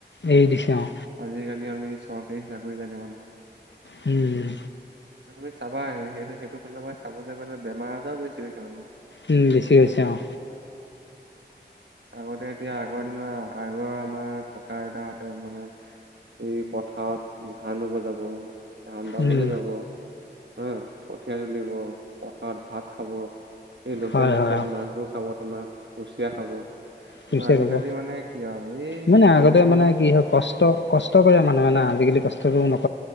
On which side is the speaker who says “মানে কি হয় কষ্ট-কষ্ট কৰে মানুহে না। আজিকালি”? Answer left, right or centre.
Left